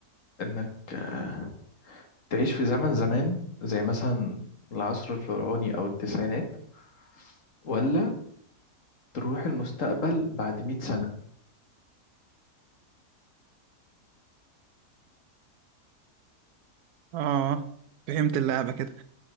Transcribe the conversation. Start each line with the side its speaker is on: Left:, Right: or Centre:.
Left: إنك آه، تعيش في زمن زمان زي مثلا العصر الفرعوني أو التسعينات ولا تروح المستقبل بعد مئة سنة
Right: اه فهمت اللعبه كده